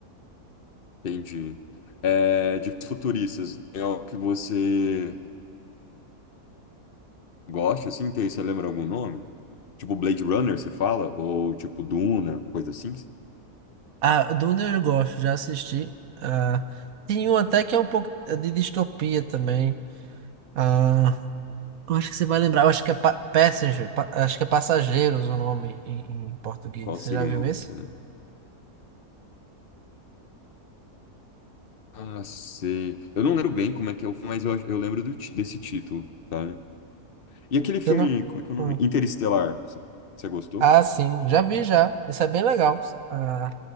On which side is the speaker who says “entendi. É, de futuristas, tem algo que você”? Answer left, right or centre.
Left